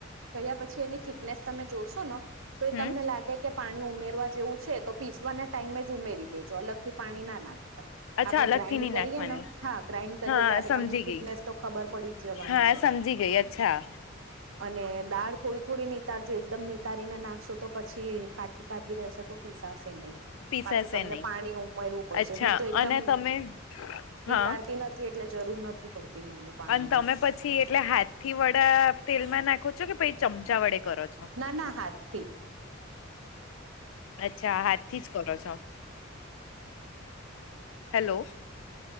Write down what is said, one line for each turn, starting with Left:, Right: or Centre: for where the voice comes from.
Right: કર્યા પછી એની થિકનેસ તમે જોશો ને, તો એ
Left: હમ
Right: તમને લાગે કે પાણી ઉમેરવા જેવું છે, તો પીસવાના ટાઈમે જ ઉમેરી દેજો. અલગથી પાણી ના નાખતા.
Left: અચ્છા
Right: આપડે
Left: અલગથી
Right: ગ્રાઇન્ડ
Left: નહી
Right: કરીએ
Left: નાખવાનું
Right: ને, હા, ગ્રાાઈન્ડ કરીએ
Left: હા
Right: ત્યારે
Left: સમજી
Right: તમને થિકનેસ
Left: ગઈ
Right: તો ખબર પડી. જ જવાની
Left: હા,
Right: છે
Left: સમજી ગઈ. અચ્છા.
Right: અને દાળ થોડી થોડી નીતાળજો. એકદમ નીતાારીને નાખશો, તો પછી કાઠી કાઠી રહેશે તો. પિસાશેને.
Left: પીસાશે
Right: પાછું તમને
Left: નહી
Right: પાણી ઉમેરવું પડશે.
Left: અચ્છા
Right: હું તો એકદમ
Left: અને તમે હા
Right: તરાતી નથી. એટલે જરૂર નથી પડતી મને પાણી
Left: અને તમે
Right: ની.
Left: પછી એટલે હાથ થી વડા તેલમાં નાખો છો, કે પછી ચમચા વડે કરો છો?
Right: ના, ના, હાથ થી.
Left: અચ્છા, હાથ થી જ કરો છો? હેલો.